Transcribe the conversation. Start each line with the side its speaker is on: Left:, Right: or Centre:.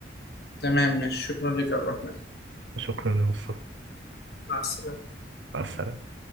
Left: تمام مش شكرا لك يا عبد الرحمن
Right: شكرا يا مصطفى
Left: مع السلامة
Right: مع السلامة